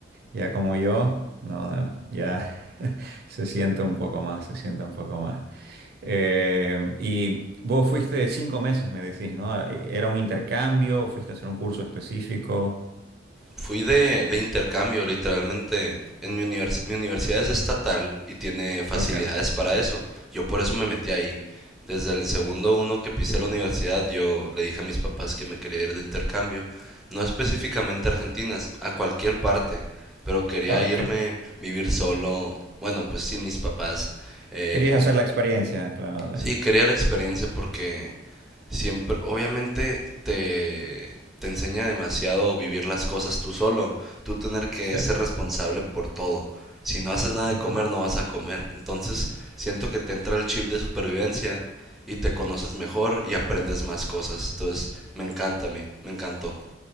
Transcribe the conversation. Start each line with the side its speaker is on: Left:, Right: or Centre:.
Right: ya como yo, no, no, ya <laughs> se siente un poco más, se siente un poco más. Eh, y vos fuiste cinco meses, me decís, ¿no? ¿Era un intercambio o fuiste a hacer un curso específico?
Centre: Fui de, de intercambio, literalmente. En mi, univers- mi universidad es estatal y tiene facilidades
Right: Ok,
Centre: para eso. Yo por eso me metí ahí. Desde el segundo uno que pisé la universidad, yo le dije a mis papás que me quería ir de intercambio. No específicamente a Argentina, a cualquier parte. Pero quería
Right: claro,
Centre: irme,
Right: que
Centre: vivir solo. Bueno, pues sin mis papás. Eh,
Right: querías hacer la experiencia, claro, de-
Centre: sí, quería la experiencia porque siempre, obviamente te, te enseña demasiado vivir las cosas tú solo, tú tener que
Right: sí.
Centre: ser responsable por todo. Si no haces nada de
Right: Ujú.
Centre: comer, no vas a comer. Entonces, siento que te entra el chip de supervivencia y te conoces mejor y aprendes más cosas. Entonces, me encanta a mí, me encantó.